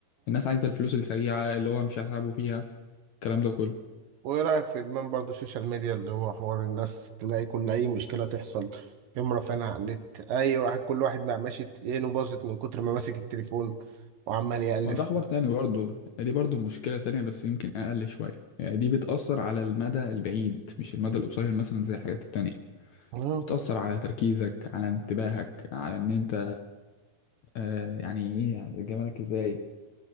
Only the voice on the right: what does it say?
وايه رايك في ادمان برضو السوشيال ميديا اللي هو حوار الناس تلاقي كل اي مشكله تحصل يقوم رافعينها على النت اي واحد كل واحد بقى ماشي عينه باظت من كتر ما ماسك التليفون وعمال يقلب
فيه
مم.